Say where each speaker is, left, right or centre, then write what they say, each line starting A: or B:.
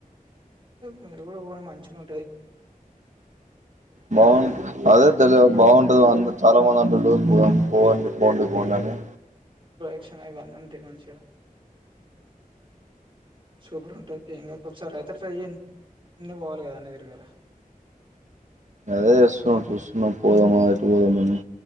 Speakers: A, on the right (about 35°); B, on the right (about 55°).
A: మీరు కూడా పొండి మంచిగా ఉంట హ్మ్.
B: బాగు అదే
A: ఒక
B: తెలీల బాగుంటది అ చాలా మంది <unintelligible> పోండి పోండి పోండి అంటే
A: దక్షణ ఇవన్నీ ఉంటాయి మంచిగా సూపర్ ఉంటాది ఏం గాదు ఒకసారి ఆయితే ట్రై చేయండి అన్ని పోవాలి కదా అన్నీ తిరగాలి
B: అదే చేస్తన్నా చూస్తున్న పోదామా అ పోదామని